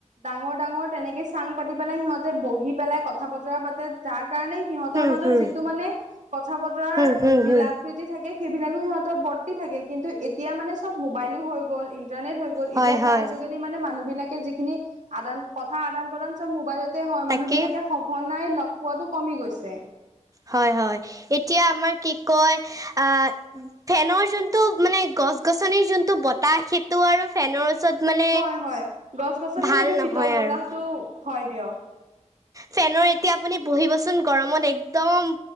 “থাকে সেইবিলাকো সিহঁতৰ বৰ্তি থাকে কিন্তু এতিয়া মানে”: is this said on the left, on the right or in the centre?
Right